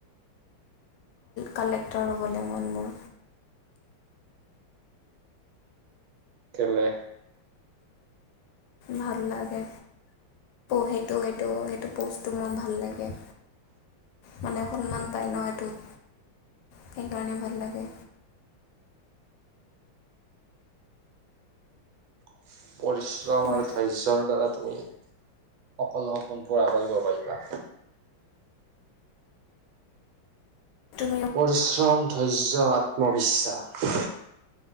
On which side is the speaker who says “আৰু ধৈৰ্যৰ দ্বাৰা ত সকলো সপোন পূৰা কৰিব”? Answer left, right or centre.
Right